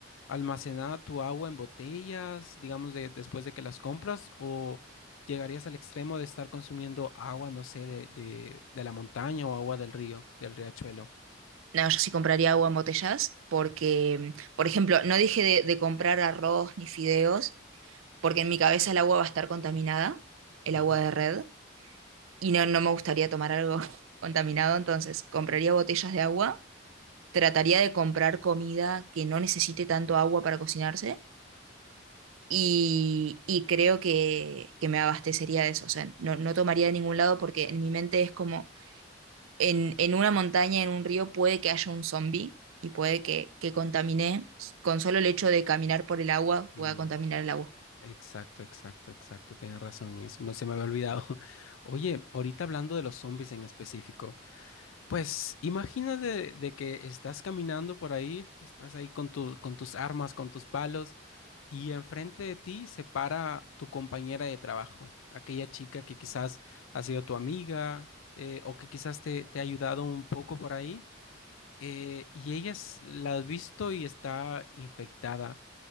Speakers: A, on the left (about 80°); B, on the right (about 85°).
A: almacenada tu agua en botellas, digamos, de, después de que las compras, o llegarías al extremo de estar consumiendo agua, no sé, de, de, de la montaña o agua del río, del riachuelo.
B: No, yo sí compraría agua en botellas porque, por ejemplo, no dije de, de comprar arroz ni fideos porque en mi cabeza el agua va a estar contaminada, el
A: Ujú.
B: agua de red, y no, no me gustaría tomar algo <laughs> contaminado, entonces compraría botellas de agua, trataría de comprar comida que no necesite tanto agua para cocinarse. Y, y creo que, que me abastecería de eso. O sea, no, no tomaría de ningún lado porque en mi mente es como, en, en una montaña, en un río, puede que haya un zombie y puede que, que contamine, con solo el hecho de caminar por el agua,
A: Sí,
B: pueda contaminar el agua.
A: exacto, exacto, exacto, tienes razón, eso me- se me había olvidado. <laughs> Oye, ahorita hablando de los zombies en específico, pues imagínate de, que estás caminando por ahí, estás ahí con tu- con tus armas, con tus palos, Y enfrente de ti se para tu compañera de trabajo, aquella chica que quizás ha sido tu amiga eh, o que quizás te, te ha ayudado un poco por ahí. eh, y ella es- la has visto y está infectada.